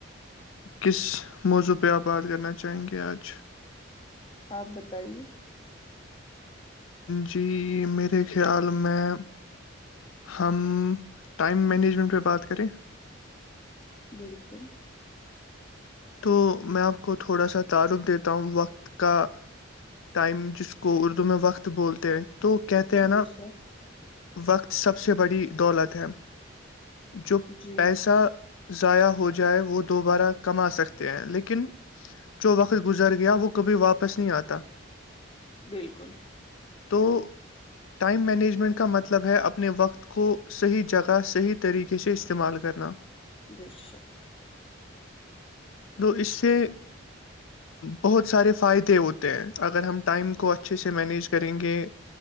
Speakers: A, on the left; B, on the left.
A: کس موضوع پہ آپ بات کرنا چاہیں گے آج
B: آپ بتائیے
A: جی میرے خیال میں ہم ٹائم مینجمنٹ پہ بات کریں
B: بالکل
A: تو میں آپ کو تھوڑا سا تعارف دیتا ہوں وقت کا ٹائم جس کو اردو میں وقت بولتے ہیں تو کہتے ہیں نا
B: بے شک
A: وقت سب سے بڑی دولت ہے جو
B: جی
A: پیسہ ضائع ہو جائے وہ دوبارہ کما سکتے ہیں لیکن جو وقت گزر گیا وہ کبھی واپس نہیں آتا
B: بالکل
A: تو ٹائم مینجمنٹ کا مطلب ہے اپنے وقت کو صحیح جگہ صحیح طریقے سے استعمال کرنا
B: بھیٹ سک
A: تو اس سے بہت سارے فائدے ہوتے ہیں اگر ہم ٹائم کو اچھے سے مینیج کریں گے